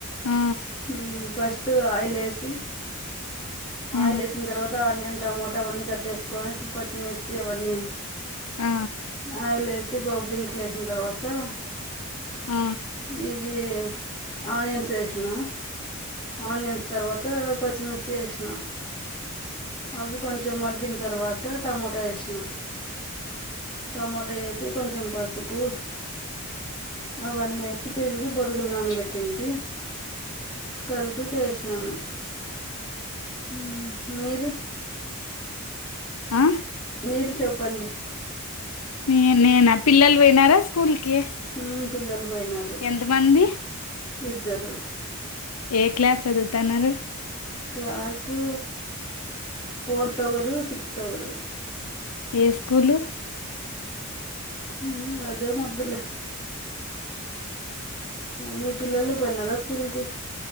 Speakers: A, on the left (about 80°); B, on the left (about 20°).
A: ఆ
B: హూ ఫస్ట్ ఆయిల్ ఏసీ ఆయిల్
A: ఆ
B: ఏసిన్ తర్వాత, ఆనియన్ టమోట అవన్నీ కట్ చేసుకొని టు పచ్చిమిర్చి అవన్నీ
A: ఆ
B: ఆయిల్ ఏసీ పోపు దినుసుల్ ఏసిన్ తర్వాత ఆ
A: ఆ
B: ఇవి ఆనియన్స్ ఏస్నా ఆనియన్స్ తర్వాత పచ్చిమిర్చి ఏస్నా, అవి కొంచం మగ్గిన్ తర్వా త టమోట ఏస్నా టమోట ఏసీ కొంచం పసుపు అవన్నీ తిరిపి బొరుగులు నాన బెట్టింటి కల్పి చేసినాను. ఉ మీరు
A: ఆ
B: మీరు చెప్పండి
A: నే నేనా పిల్లలు పోయినారా స్కూల్ కి
B: హ పిల్లలు పోయిైనారు
A: ఎంత మంది
B: ఇద్దరు
A: ఏ క్లాస్ చదువతన్నారు
B: క్లాసు ఫోర్త్ ఒగరు సిక్స్త్ ఒగరు
A: ఏ స్కూలు
B: ఉమ్ అదేం అద్దులే మీ పిల్లలు పోయినారా స్కూల్ కి